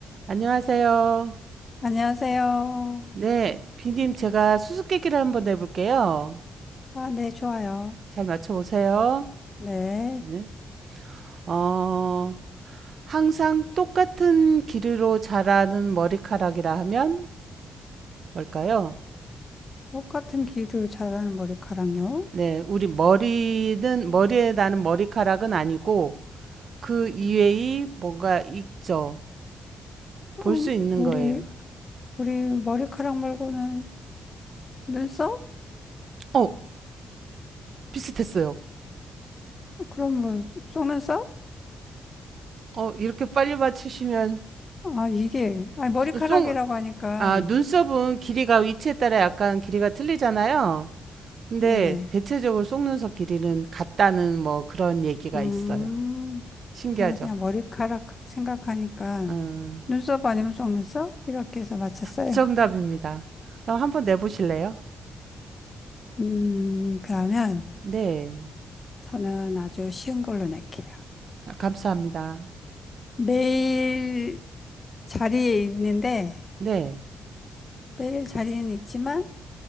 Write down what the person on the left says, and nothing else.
안녕하세요.
아, 네, 좋아요.
네.
똑같은 길이로 자라는 머리카락요?
음,
우리,
우리 머리카락 말고는 눈썹?
그럼 뭐, 속눈썹?
아, 이게, 아니, 머리카락이라고
하니까,
네네.
음,
저는 그냥 머리카락 생각하니까,
눈썹 아니면 속눈썹? 이렇게 해서 맞췄어요.
음, 그러면
저는 아주 쉬운 걸로 낼게요.
매일 자리에 있는데,
매일 자리에는 있지만,